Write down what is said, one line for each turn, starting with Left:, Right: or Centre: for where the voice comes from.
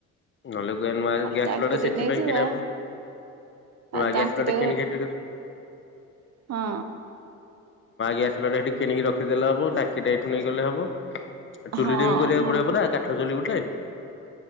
Left: ନହେଲେ ନୁଆ
Right: ଖାଲି
Left: ଗ୍ୟାସ
Right: ଟାଙ୍କିଟେ
Left: ଚୁଲାଟା ସେଥିପାଇଁ
Right: ନେଇଯିବା
Left: କିଣହେବ।
Right: ଆ
Left: ଆଗେ
Right: ଟାଙ୍କିଟେ
Left: ଆସିଲ ଟ କେଣି ଖେଟ ନୂଆ
Right: ହଁ
Left: ଗ୍ୟାସ ଗୋଟେ ସେଇଠି କିଣିକି ରଖିଦେଲେ, ହବ ଟାଙ୍କି ଟା ଏଇଠୁ ନେଇଗଲେ ହବ। ଆଉ ଚୁଲିଟ
Right: ହଁ
Left: ବି କରିବାକୁ
Right: ହଁ
Left: ପଡିବ ପା କାଠ ଚୁଲି ଗୋଟେ